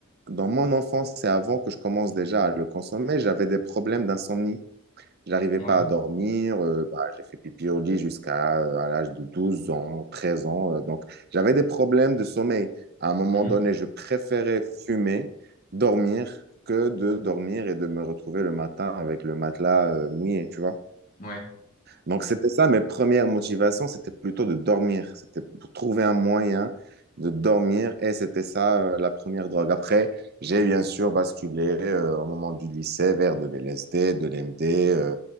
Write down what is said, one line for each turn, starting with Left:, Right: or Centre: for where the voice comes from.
Right: dans mon enfance, c'est avant que je commence déjà à le consommer, j'avais des problèmes d'insomnie. Je n'arrivais
Left: ouais.
Right: pas à dormir. euh, bah, j'ai fait pipi au lit jusqu'à euh, à l'âge de 12 ans, 13 ans. euh, donc, j'avais des problèmes de sommeil. À un moment
Left: Mhm.
Right: donné, je préférais fumer, dormir, que de dormir et de me retrouver le matin avec le matelas euh, mouillé, tu vois.
Left: Ouais,
Right: Donc, c'était ça, mes premières motivations, c'était plutôt de dormir. C'était pour trouver un moyen de dormir et c'était ça euh, la première drogue. Après, j'ai bien sûr basculé euh, au moment du lycée vers de l'LSD, de l'MD, euh,